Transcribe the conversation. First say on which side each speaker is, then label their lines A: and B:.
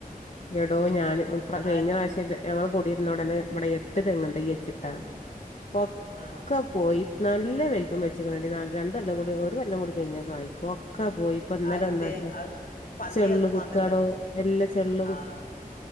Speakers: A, on the left; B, on the left.
A: എടോ ഞാൻ ഇ കഴിഞ്ഞ
B: ആര്
A: പ്രാവശ്യം ഞങ്ങൾ കൊടിയിരുന്ന ഉടനെ ഇബടെ എട്ട് തെങ്ങ്തയ് വച്ചിട്ടാ ഒക്കെ
B: ആ
A: പോയി നല്ല വലുപ്പം വെച്ചിക്കങ്ങാണ്ടി രണ്ട് കൊല്ലം കൂടി ഒരു കൊല്ലം കൂടി കഴിഞ്ഞാൽ കായിക്കോ ക്കാ പോയി ഇപ്പ ഇന്നെല
B: അതെന്തേ
A: ഒന്നാത്തെ
B: അത് പന്നി
A: ചെള്ള്
B: വന്ന്
A: കുത്താടോ
B: മാന്തുണ്ടാ
A: എല്ലാ ചെള്ള് കു
B: ആഹ്